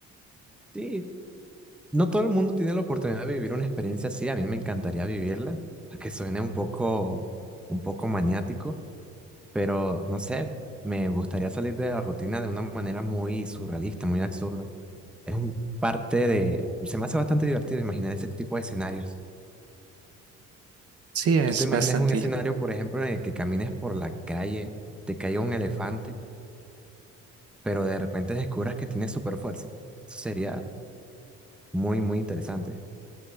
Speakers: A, in the centre; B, on the right (about 50°).
A: Sí, no todo el mundo tiene la oportunidad de vivir una experiencia así. A mí me encantaría vivirla, aunque suene un poco, un poco maniático, pero no sé, me gustaría salir de la rutina de una manera muy surrealista, muy absurda. Es un parte de... Se me hace bastante divertido imaginar ese tipo de escenarios.
B: Sí, es
A: ¿Tú te imaginas
B: bastante
A: un escenario, por ejemplo, en el que camines por la calle, te caiga un elefante, pero de repente descubras que tienes super fuerza? Eso sería muy, muy interesante.